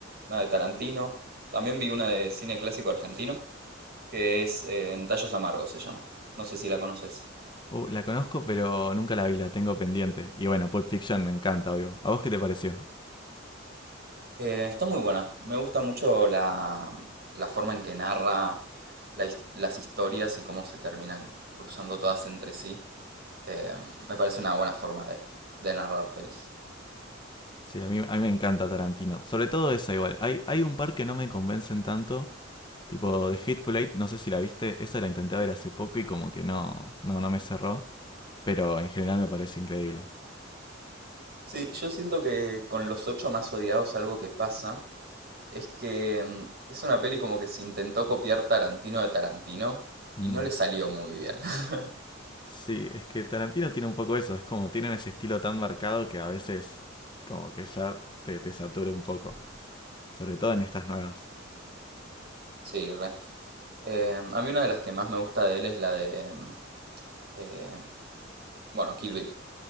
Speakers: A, on the right; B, on the left.
A: una de Tarantino. También vi una de cine clásico argentino, que es eh, En Tallos Amargos se llama. No sé si la conoces.
B: Uh, la conozco, pero nunca la vi, la tengo pendiente. Y bueno, Pulp Fiction me encanta, obvio. ¿A vos qué te pareció?
A: Eh, está muy buena. Me gusta mucho la, la forma en que narra la his- las historias y cómo se terminan cruzando todas entre sí. Eh, me parece una buena forma de, de narrar pelis.
B: Sí, a mí, a mí me encanta Tarantino. Sobre todo esa igual. Hay, hay un par que no me convencen tanto. Tipo, The Hateful Eight, no sé si la viste. Esa la intenté ver hace poco y como que no, no, no me cerró. Pero en general me parece increíble.
A: Sí, yo siento que con Los Ocho Más Odiados algo que pasa es que mm, es una peli como que se intentó copiar Tarantino de Tarantino y
B: Mm.
A: no le salió muy bien. <laughs>
B: Sí, es que Tarantino tiene un poco eso. Es como, tienen ese estilo tan marcado que a veces como que ya te, te satura un poco. Sobre todo en estas nuevas.
A: Sí, re. Eh, a mí una de las que más me gusta de él es la de, mm, eh, bueno, Kill Bill,